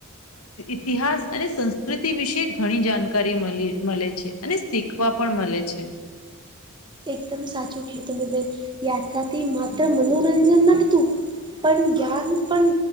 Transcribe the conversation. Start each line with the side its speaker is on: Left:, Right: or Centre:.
Left: ઇતિહાસ અને સંસ્કૃતિ વિશે ઘણી જાણકારી મળી મળે છે. અને શીખવા પણ મળે છે.
Right: એકદમ સાચું કું તમે બેન યાત્રાથી માત્ર મનોરંજન નતું. પણ જ્ઞાન પણ